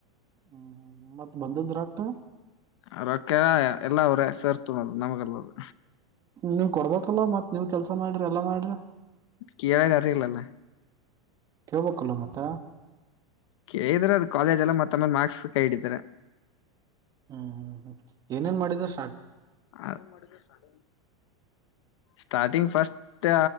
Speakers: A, on the right; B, on the left.
A: ಹ್ಮ್ ಹ್ಮ್ ಮತ್ತತ್ ಬಂದಂದ್ರಕ್ತ
B: ಅರಕ ಎಲ್ಲ ಅವ್ರೆ ಸೇರ್ತೋದು ನಮಗೆಲ್ಲದು
A: ನೀವ್ ಕೊಡ್ಬೇಕಲ್ಲ ಮತ್ ನೀವ್ ಕೆಲ್ಸ ಮಾಡ್ರಿ ಎಲ್ಲಾ ಮಾಡ್ರಿ
B: ಕೇಳ ಅರಿಲ್ಲಲ್ಲ
A: ಕೇಳ್ಬೇಕಲ್ಲ ಮತ್ತ
B: ಕೇಳಿದ್ರೆ ಅದು ಕಾಲೇಜ್ ಎಲ್ಲ ಮತ್ತೊಮ್ಮೆ ಮಾರ್ಕ್ಸ್ ಕೈ ಹಿಡಿದ್ರ
A: ಹ್ಮ್ ಹ್ಮ್ ಹ್ಮ್ ಏನೇನ್ ಮಾಡಿದಾರ
B: ಆಳ ಮಾಡಗ ಶಳ ಸ್ಟಾರ್ಟಿಂಗ್ ಫಸ್ಟ್